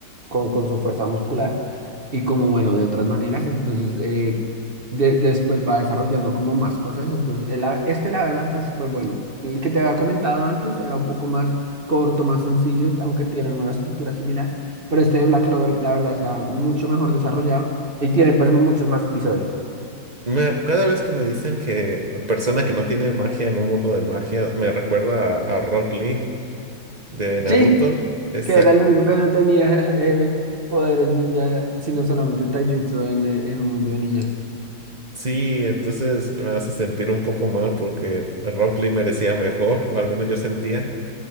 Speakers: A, on the right; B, on the right.
A: con, con su fuerza muscular y como, bueno, de otras maneras. Entonces, eh, de- después va desarrollando como más cosas. Entonces, el a- este la verdad está súper bueno. El que te había comentado antes era un poco más corto, más sencillo, aunque tienen una estructura similar. Pero este de Black Clover, la verdad, está mucho mejor desarrollado. Y tiene pues muchos más episodios.
B: Me- cada vez que me dicen que persona que no tiene magia en un mundo de magia, me recuerda a, a Rock Lee de Naruto.
A: Sí,
B: Exacto.
A: que era el único que no tenía eh, poderes ninja, sino solamente taijutsu en, eh, en un mundo de ninjas.
B: Sí, entonces me hace sentir un poco mal porque Rock Lee merecía mejor, o al menos yo sentía.